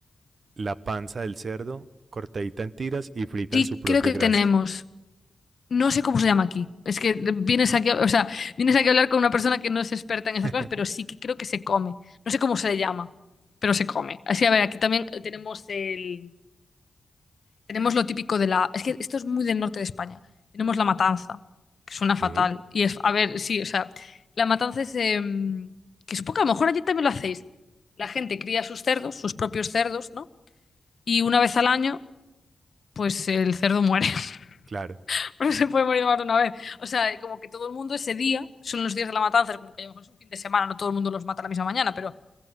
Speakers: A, on the right; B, on the left.
A: la panza del cerdo cortadita en tiras y frita
B: sí
A: en su propia
B: creo que
A: grasa.
B: tenemos. No sé cómo se llama aquí. Es que vienes aquí, a- o sea, vienes aquí a hablar con una persona que no es experta
A: <laughs>
B: en estas cosas, pero sí que creo que se come. No sé cómo se le llama, pero se come. Así, a ver, aquí también eh, tenemos el, tenemos lo típico de la. Es que esto es muy del norte de España. Tenemos la matanza, que suena
A: ¿Qué?
B: fatal. Y es, a ver, sí, o sea, la matanza es em, que supongo que a lo mejor allí también lo hacéis. La gente cría sus cerdos, sus propios cerdos, ¿no? y una vez al año, pues el cerdo muere. <laughs>
A: Claro,
B: No se puede morir más de una vez. O sea, como que todo el mundo ese día, son los días de la matanza, es como que a lo mejor es un fin de semana, no todo el mundo los mata la misma mañana, pero